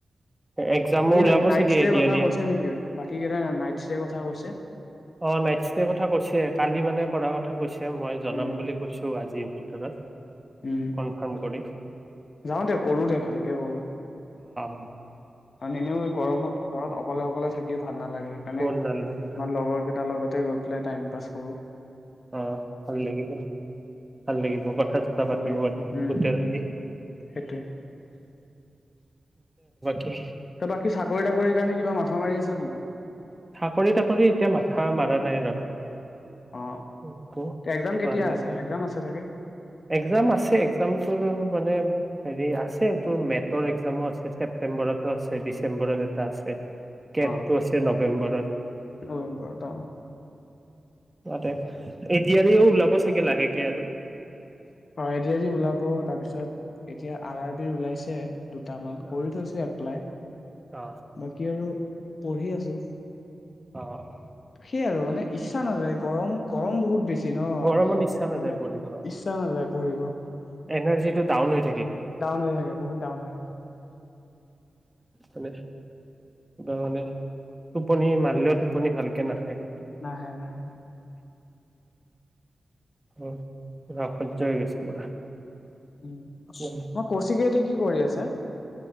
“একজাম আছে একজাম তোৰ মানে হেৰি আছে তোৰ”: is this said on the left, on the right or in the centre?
Right